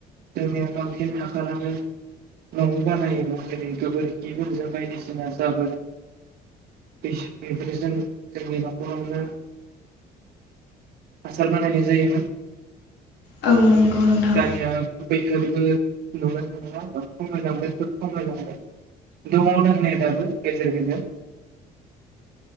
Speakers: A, on the right; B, on the left.
A: जोंनिया बांसिन हासारानो न'आव बानायोमोन जेरै गोबोरखिफोरजों बायदिसिना जाबोर <inaudible> बेस- बेफोरो जों जोंनि न'खरावनो <inaudible> हासार बानायनाय जायोमोन। <inaudible>
B: औ नंगौ नोंथां
A: दानिया बैफोरबो <unintelligible> खमायलांबाय दङ दोननाय दाबो गेजेर गेजेर